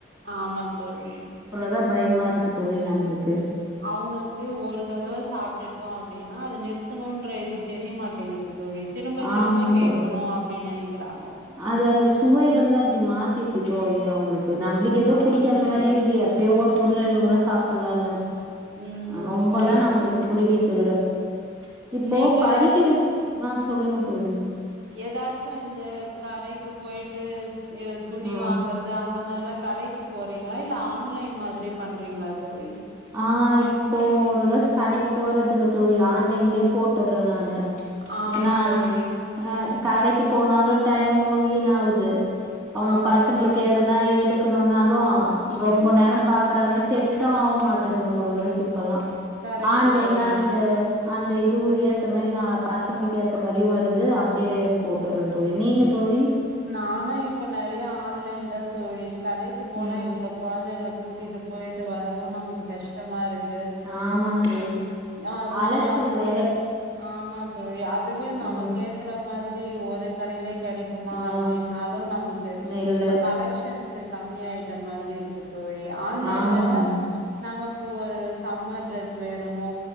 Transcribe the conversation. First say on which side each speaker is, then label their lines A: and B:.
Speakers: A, on the right; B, on the right.
A: ஆமா தோழி
B: தா பயமா இருக்கு தோழி நம்மளுக்
A: அவுங்களுக்கு ஒரு தடவ சாப்ட்டுட்டு அப்டின்னா அத நிறுத்தணூன்ற எதுவு தெரியமாட்டேங்குது தோழி திரும்ப திரும்ப
B: ஆமா
A: கேக்கணு
B: தோழி
A: அப்டின்னு நெனக்குறாங்க
B: அது அந்த சுவை வந்து அப்டி மாத்திடுது தோழி அவுங்களுக்கு நம்மளுக்கு ஏதோ
A: ஆமா
B: புடிக்காத
A: தோழி
B: மாதிரி இருக்கு எப்பயோ ஒரு மொற ரெண்டு மொற சாப் அப்டில்லா இல்ல
A: ம்
B: ரொம்பல்லா
A: கரெக்ட்
B: நம்மளுக்கு புடிக்குது இல்ல இப்போ
A: நீங்க
B: படிக்கவைக் ஆ சொல்லுங்க தோழி
A: ஏதாச்சு இந்த கடைக்கு போயிட்டு துணி
B: ஆ
A: வாங்குறது இந்த மாதிரிலா கடைக்கு போறீங்ளா இல்ல ஆன்லைன் மாதிரி பண்றீங்ளா தோழி
B: ஆ இப்போ போ ஒருல கடைக்கு போறது இல்ல தோழி ஆன்லைன்லயே போட்டுறே நானு
A: ஆமா
B: ஏனா
A: தோழி
B: ஆ கடைக் போனாலு டைமு வீணா ஆகுது அவுங்க
A: ஆமா
B: பசங்களுக்கு
A: தோழி
B: எதனா எடு இருக்கனு நாலு ரொம்ப
A: ம்
B: நேரோ பாக்குறாங்க ச ஆ மரு ந்த ம ஒரு ஓரளவு சிப்பெல்லா
A: கரெக்ட்டு
B: ஆன்லைல்ல
A: தோழி
B: அந்த அந்த இதுவு ஏத்த மாதிரி நா பசங்களுக்கு ஏத்த மாதிரியு வருது அப்டியே போட்டுறே தோழி நீங்க தோழி
A: நானு இப்ப நெறய ஆன்லைன்தா தோழி கடைக்கு போனா
B: ம்
A: இவுங்கள கொழந்தைங்கள கூட்டிட்டு போய் வரவு நமக்கு கஷ்டமா இருக்கு
B: ஆமாந்தோழி
A: அதுவு
B: அலச்சல்
A: அது
B: வேற
A: ஆமா தோழி அ அதுலயு நம்ம
B: ம்
A: கேக்குற மாரி ஒரு கடையிலே கெடை இருக்குமா
B: ஆ
A: அப்டின்னாலு நமக்கு
B: இல்ல
A: இப்ப கலெக்க்ஷன்ஸு கம்மி ஆயிட்ட மாதிரி இருக்குது தோழி ஆன்லைன்லதா
B: ஆமா ஆமா
A: நமக்கு ஒரு சம்மர் ட்ரெஸு வேணுமோ